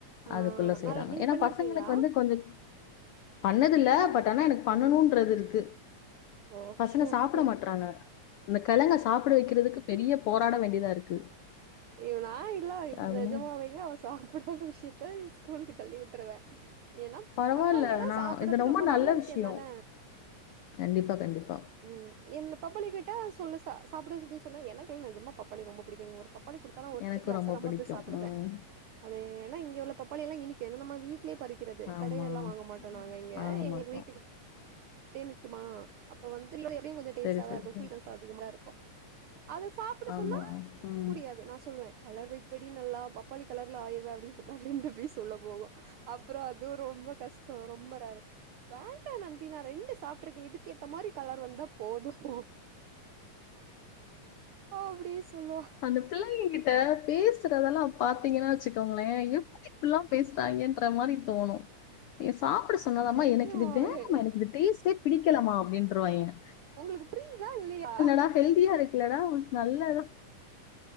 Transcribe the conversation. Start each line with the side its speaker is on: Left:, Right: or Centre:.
Right: ஆ
Left: அதுக்குள்ள செய்றாங்க
Right: நல் நீங்க
Left: ஏன்னா
Right: பண்ணிருக்கீங்களா
Left: பசங்களுக்கு வந்து கொஞ்சொக் பண்ணதில்ல பட் ஆனா எனக்கு பண்ணணுன்றது
Right: ம்
Left: இருக்கு
Right: ஓகே
Left: பசங்க சாப்ட
Right: ஓகே
Left: மாட்றாங்க இந்த கெழங்க சாப்ட வக்கிறதுக்கு பெரிய போராட வேண்டியதா இருக்கு
Right: இவனா இல்ல இது
Left: அதுவும்
Right: நெஜமாவேங்க அவச சாப்டாத விஷயத்த ஸ்கூலுக்கு தள்ளி விட்டுருவே ஏன்னா
Left: பரவால்ல.
Right: பப்பாளி எல்லா
Left: நான்
Right: சாப்பிட்றது
Left: இது
Right: ரொம்ப நல்ல
Left: விஷயம்.
Right: விஷயந்தான
Left: கண்டிப்பா கண்டிப்பா
Right: ம் என்ன பப்பாளிய கேட்டா சொல்லு சா சாப்பிடப்படனு சொன்னா எனக்குல்லாம் நெஜமா பப்பாளி ரொம்ப பிடிக்குங்க ஒரு பப்பாளி கொடுத்தாலு ஒத்தைக்கு
Left: எனக்கும்
Right: அசராம
Left: ரொம்ப பிடிக்கும்.
Right: திஸ் சாப்டுவேன்
Left: ம்.
Right: அது ஏன்னா இங்க உள்ள பப்பாளி எல்லாம் இனிக்கும் ஏன்னா நம்ம வீட்லே பறிக்கிறது
Left: ஆமா.
Right: கடைலல்லாம் வாங்க மாட் நாங்க இங்க
Left: வாங்க
Right: எங்களுக்கு
Left: மாட்டோம்.
Right: வீட்டுக்கு இனிக்குமா அப்ப வந்துல எப்டியும் கொஞ்சோ டேஸ்டா
Left: சரி, சரி,
Right: தான் இருக்கும்
Left: சரி.
Right: சுவீட்னஸ் ததிகமா இருக்கும் அத சாப்பிட
Left: ஆமா.
Right: சொன்னா
Left: ம்.
Right: முடியாது நான் சொன் சொல்லுவேன் கலவை படி நல்லா பப்பாளி கலர்ல ஆயிருவ அப்டினு சொன்னா ரெண்டு பீஸ் உள்ள போகும் அப்றோ அதுவும் ரொம்ப கஷ்டம் ரொம்ப ரேர் வேண்டா நந்தி நா ரெண்டு சாப் ட்ருக்கேன் இதுக்கு ஏத்த மாரி கலர் வந்தா போதும் அப்டி சொல்லுவா
Left: அந்த பிள்ளைங்ககிட் ட பேசுறதெல்லாம் பாத்தீங்கன்னா வச்சுக்கோங்களேன் எப் இப்பல்லாம் பேசுறாய்ங்க ன்ற மாரி தோணும் ஏ சாப்பிடு சொன்னதாம்மா
Right: நெஜமாவே
Left: எனக்கு இது வேணாமா எனக்கு இது டேஸ்ட்டே பிடிக்கலமா அப்டின்றுவாய்ங்க
Right: உங்களுக்கு ப்ரீதா இல்லியா
Left: நா ஹெல்தியா இருக்குலடா உன் நல்லதா